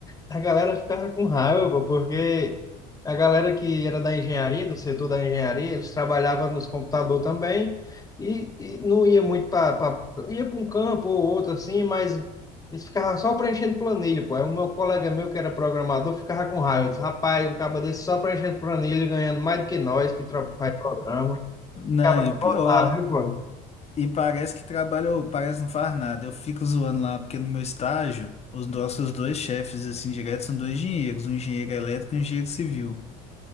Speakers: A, on the left (about 20°); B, on the left (about 35°).
A: a galera ficava com raiva, pô, porque a galera que era da engenharia, do setor da engenharia, eles trabalhavam nos computadores também e, e não ia muito para... Ia para um campo ou outro, assim, mas eles ficavam só preenchendo planilha, pô. Aí o meu colega meu, que era programador, ficava com raiva. Eu disse, rapaz, um cabo desse só preenchendo planilha, ganhando mais do que nós, que tro- faz programa.
B: Não,
A: Ficava
B: e
A: revoltado,
B: o pior,
A: viu, pô?
B: E parece que trabalho, parece não faz nada. Eu fico zoando lá, porque no meu estágio, os nossos dois chefes, assim, direto, são dois engenheiros, um engenheiro elétrico e um engenheiro civil.